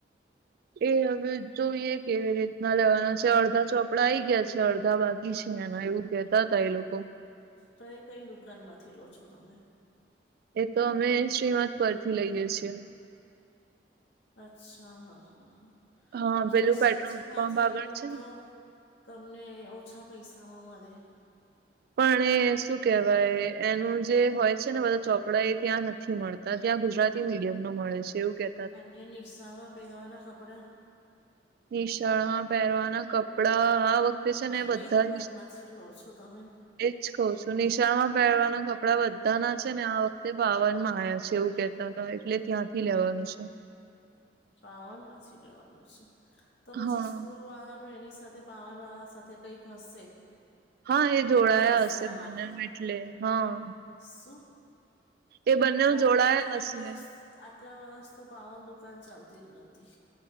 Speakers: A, on the right; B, on the left.
A: એ હવે જોઈએ કેવી રીતના લેવાના છે, અડધા ચોપડા આઈ ગ્યા છે, અડધા બાકી છે, એના એવું કેતા તા એ લોકો.
B: કઈ-કઈ દુકાનમાંથી લો છો તમે?
A: એ તો અમે શ્રીમદ્ પર થી લઈએે છીએ.
B: અચ્છા, હા, હા, હ,
A: હા
B: તો તમે
A: પેલું
B: શ્રીજી
A: પેટ્રોલ
B: માંથી
A: પંપ આગળ
B: લો
A: છે
B: તો.
A: ને
B: તમને ઓછા પૈસામાં મળે.
A: પણ એ શું કેહેવાય, એનું જે હોય છે ને, બધા ચોપડા એ ત્યાં નથી. નથી મળતા ત્યાં, ગુજરાતી મીડિયમ નું મળે છે, એવું કે.
B: અને નિશાળ માં પેરવા ના કપડા.
A: નિશાળ માં પહેરવાના કપડા આ વખતે છે ને
B: એ કઈ
A: બધા
B: દુકાન માંથી લો છો તમે?
A: એજ કહ છું, નિશાળમાં પહેરવાના કપડા બધાના છે ને, આ વખતે પાવનમાં આયા છે એવું કે. તો તો એટલે ત્યાંથી લેવાનું છે.
B: પાવન માંથી લેવાનું છે, તો પછી
A: હા
B: સ્કૂલ વાળાનું એની સાથે પાવનવાળા સાથે કંઈક હશે.
A: હા, એ જોડાયા
B: પૈસામાં
A: હશે, બને એટલે હા.
B: શુ?
A: એ બંને
B: બાકી
A: જોડાયા
B: આટલા
A: હશે
B: વર્ષ, આટલા વર્ષ તો પાવન દુકાન ચાલતી જ નતી.